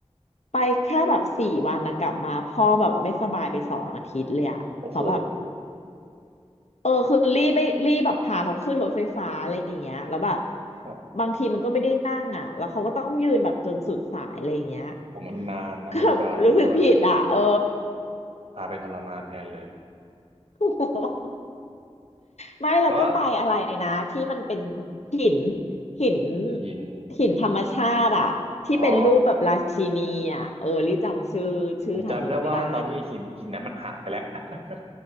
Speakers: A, on the left; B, on the right.
A: ไปแค่แบบสี่วันนะกลับมาพ่อแบบไม่สบายไปสองอาทิตย์เลยอะเขาแบบ
B: โอ้โห
A: เออคือรีไม่รีแบบพาเขาขึ้นรถไฟฟ้าอะไรอย่างเงี้ยแล้วแบบ
B: ครับ
A: บางทีมันก็ไม่ได้นั่งอ่ะแล้วเขาก็ต้องยืนแบบจนสุดสายอะไรอย่างเงี้ย
B: ผมมันนานนะมันไกลด้วย
A: ก็แบบรู้สึกผิดอ่ะเออ
B: พาไปทรมานแทนเลย
A: <laughs> ไม่เราก็ไปอะไรนะที่มันเป็น
B: แต่ว่า
A: หินหิน
B: หิน
A: หินธรรมชาติอะที่เป็นรูปแบบราชินีอะเออลี่จำชื่อชื่อทางโน้นไม่ได้
B: อ๋อผมจำได้ว่าตอนนี้ไอ้หินหินนั้นมันหักไปแล้ว <laughs>